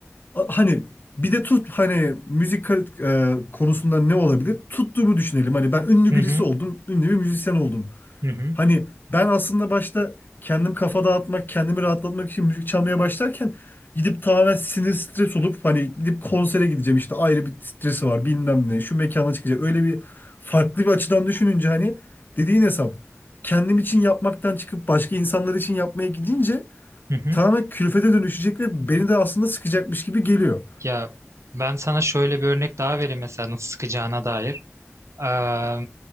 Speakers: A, on the left (about 40°); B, on the right (about 70°).
A: A- Hani bir de tut hani müzik kar- e, konusunda ne olabilir? Tuttuğumu düşünelim. Hani ben ünlü
B: Hı
A: birisi
B: hı.
A: oldum, ünlü bir müzisyen oldum.
B: Hı hı.
A: Hani ben aslında başta kendim kafa dağıtmak, kendimi rahatlatmak için müzik çalmaya başlarken gidip tamamen sinir stres olup hani gidip konsere gideceğim işte ayrı bir stresi var bilmem ne şu mekana çıkacak öyle bir farklı bir açıdan düşününce hani dediğin hesap kendim için yapmaktan çıkıp başka insanlar için yapmaya gidince
B: Hı hı.
A: tamamen külfete dönüşecek ve beni de aslında sıkacakmış gibi geliyor.
B: Ya ben sana şöyle bir örnek daha vereyim mesela nasıl sıkacağına dair. Eee,